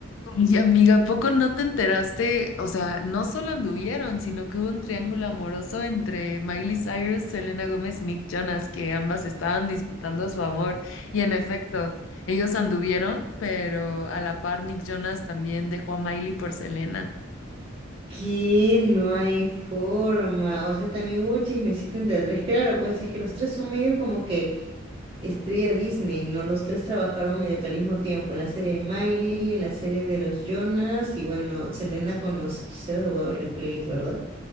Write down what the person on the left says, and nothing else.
Y amiga, ¿a poco no te enteraste? O sea, no solo anduvieron, sino que hubo un triángulo amoroso entre Miley Cyrus, Selena Gómez, Nick Jonas, que ambas estaban disputando su amor. Y en efecto, ellos anduvieron, pero a la par Nick Jonas también dejó a Miley por Selena.